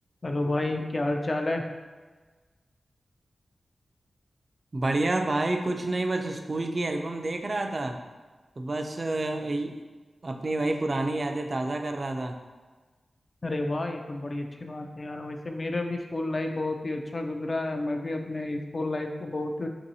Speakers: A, on the left (about 40°); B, on the right (about 40°).
A: Hello भाई क्या हाल चाल है
B: बढ़िया भाई कुछ नहीं बस स्कूल की एल्बम देख रहा था तो बस अ, ये- अपनी वही पुरानी यादें ताज़ा कर रहा था
A: अरे वाह ये तो बड़ी अच्छी बात है यार वैसे मेरा भी स्कूल लाइफ बहुत ही अच्छा गुजरा है मैं भी अपने स्कूल लाइफ को बहुत